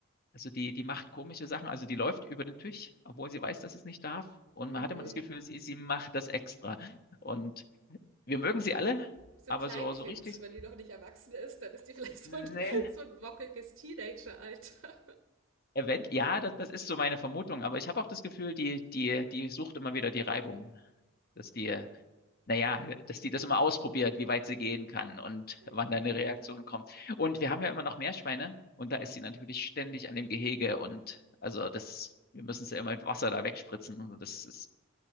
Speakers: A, on the left; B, on the right.
A: Also die, die macht komische Sachen. Also die läuft über den Tisch, obwohl sie weiß, dass es nicht darf. Und
B: Mhm.
A: man hat immer das Gefühl, sie, sie macht das extra. Und wir mögen sie alle,
B: So
A: aber
B: ein Kleinkind,
A: so, so richtig,
B: wenn die noch nicht erwachsen ist, dann ist die vielleicht so
A: nee.
B: ein, so ein wockeliges Teenager-Alter.
A: Event, ja, das, das ist so meine Vermutung, aber ich habe auch das Gefühl, die, die, die sucht immer wieder die Reibung, dass die, naja, dass die das immer ausprobiert, wie weit sie gehen kann und
B: Hm.
A: wann da eine Reaktion kommt. Und wir haben ja immer noch Meerschweine und da ist
B: Mhm.
A: sie natürlich ständig an dem Gehege und also das, wir müssen sie immer mit Wasser da wegspritzen und so, das ist,